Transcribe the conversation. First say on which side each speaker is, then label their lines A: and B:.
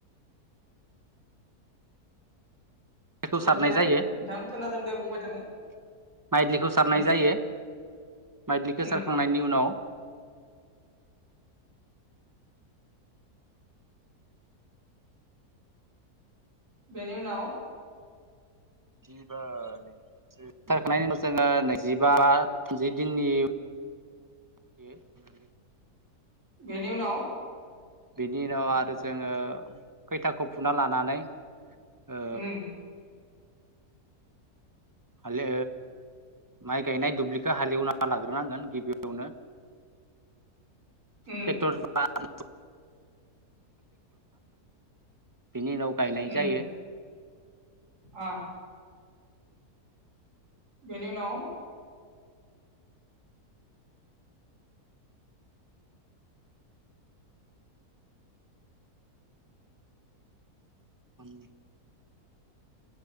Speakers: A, on the right (about 15°); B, on the right (about 50°).
A: खौ सारनाय
B: दे बुंनाय
A: जायो
B: नोंथां खोनादों दे बुंबाय थानाय।
A: माइदलिखौ सारनाय
B: उम
A: जायो माइदलिखौ
B: उम
A: सारखांनायनि उनाव
B: बेनि उनाव
A: जिबा नि सारखांनायनि उनाव जोङो नैजिबा थामजि दिननि <unintelligible>
B: बेनि उनाव
A: बेनि उनाव आरो जोङो खैथाखौ फुना लानानै ओ
B: उम
A: हाले माइ गायनाय दुब्लिखो हालेवना लाग्रोनांगोन गिबियावनो
B: उम
A: टेक्टर बा <inaudible> बिनि उनाव गायनाय
B: उम
A: जायो
B: आ। बेनि उनाव
A: <unintelligible>